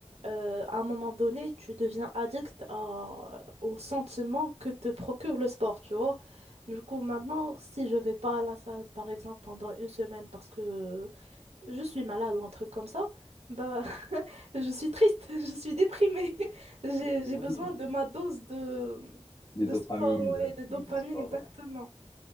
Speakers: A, on the right; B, on the left.
A: euh, à un moment donné, tu deviens addict à- au sentiment que te procure le sport, tu vois. Du coup, maintenant, si je vais pas à la salle, par exemple, pendant une semaine parce que je suis malade ou un truc comme ça, bah, <laughs> je suis triste, <laughs> je suis déprimée. <laughs> J'ai,
B: Oui,
A: j'ai besoin de ma dose de,
B: de
A: de
B: dopamine,
A: sport, ouais, de dopamine,
B: de, de sport.
A: exactement.